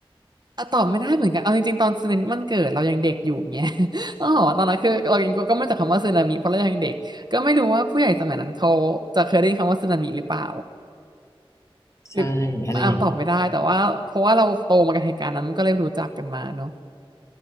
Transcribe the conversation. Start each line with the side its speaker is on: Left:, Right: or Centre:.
Right: เอ่อตอบไม่ได้เหมือนกันเอาจริงๆตอนสึนามิมันเกิดเรายังเด็กอยู่เงี้ย <laughs> ต้องบอกว่าตอนนั้นคือเรายังก็มาจากคำว่าสึนามิเพราะเรายังเด็กก็ไม่รู้ว่าผู้ใหญ่สมัยนั้นเขาจะเคยได้ยินคำว่าสึนามิหรือเปล่า
Left: ใช่อะไรอย่างนี้
Right: หรืออ่ะตอบไม่ได้แต่ว่าเพราะว่าเราโตมากับเหตุการณ์นั้นมันก็เลยรู้จักกันมาเนาะ